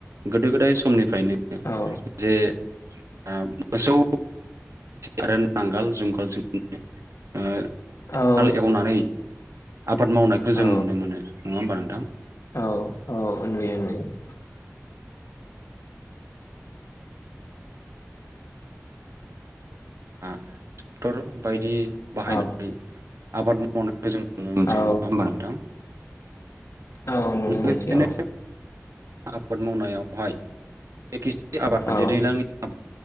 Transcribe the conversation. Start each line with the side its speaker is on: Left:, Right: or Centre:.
Right: गोदो गोदाय समनि फ्रायनो
Left: औ
Right: जे मोसौ आरो नांगोल जुंगाल जोंनि ओ
Left: औ
Right: हाल एवनानै आबाद मावनायखौ जों
Left: औ
Right: नुनो मोनो नङा होमबा नों थां
Left: औ औ नुयो नुयो। <inaudible>
Right: आ। ट्रेक्टर बायदि बाहायनानै
Left: औ
Right: आबाद मावनाय जों नुनो मोनसै
Left: औ
Right: नङा होमबा नोंथां।
Left: औ नुनो
Right: लोगोसेनो
Left: मोनसै औ।
Right: आबाद मावनायावहाय <unintelligible> आबाद
Left: औ
Right: दैज्लांनि आबाद।